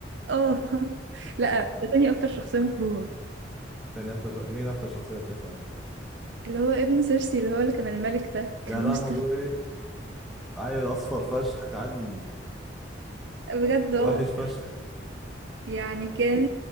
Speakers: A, on the right (about 80°); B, in the centre.
A: اه <laughs> لا ده تاني اكتر شخصية مكروهة
B: تاني اكتر ش... مين اكتر شخصيه بتكرهها
A: اللي هو ابن سيرسي اللي هو اللي كان الملك ده كان
B: يا لهوي
A: مستفز
B: عيل اصفر فشخ عيل
A: بجد اه
B: وحش فشخ
A: يعني كان